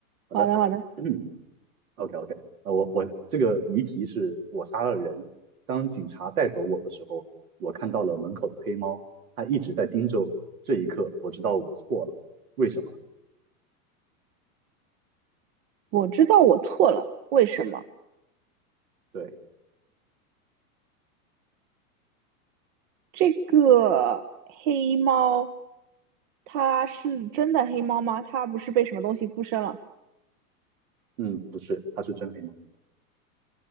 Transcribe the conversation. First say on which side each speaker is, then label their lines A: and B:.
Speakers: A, on the right (about 70°); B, on the right (about 50°).
A: 好的
B: 好的，好的。
A: <clears throat>，OK OK，那我我这个谜题是我杀了人，当警察带走我的时候，我看到了门口的黑猫，它一直在盯着我，这一刻我知道我错了，为什么？
B: 我知道我错了，为什么？
A: 对。
B: 这个黑猫，它是真的黑猫吗？它不是被什么东西附身了？
A: 嗯，不是，它是真黑猫，